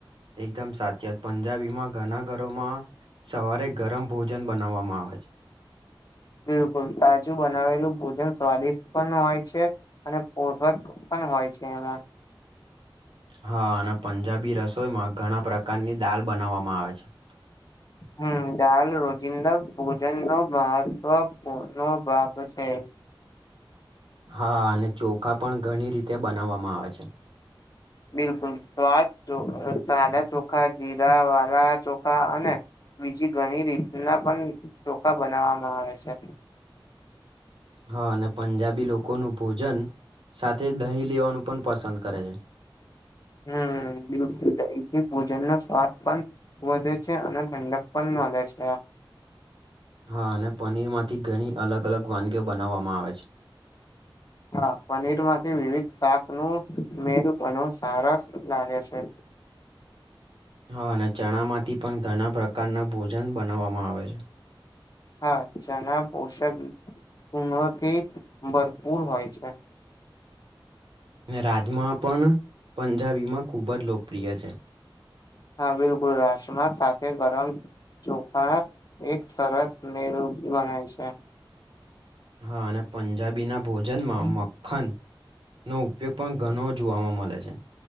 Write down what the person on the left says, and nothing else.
બિલકુલ તાજું બનાવેલું ભોજન સ્વાદિષ્ટ પણ હોય છે. અને પોષક પણ હોય છે એમાં.
હમ દાલ રોજિંદા ભોજનનો મહત્વપૂર્ણ ભાગ છે.
બિલકુલ સ્વાદ ચો સાદા ચોખા, જીરા વારા ચોખા અને બીજી ઘણી રીતના પણ ચોખા બનાવામાં આવે છે.
હમ બિલકુલ દહીંથી ભોજનનો સ્વાદ પણ વધે છે અને ઠંડક પણ મલે છે.
હા પનીરમાંથી વિવિધ શાકનું મેલ ઘણું સારસ લાગે છે.
હા ચના પોષક પૂણથી ભરપૂર હોય છે.
હા બિલકુલ રાજસમા સાથે ગરમ ચોખા એક સરસ મેનું ગણાય છે.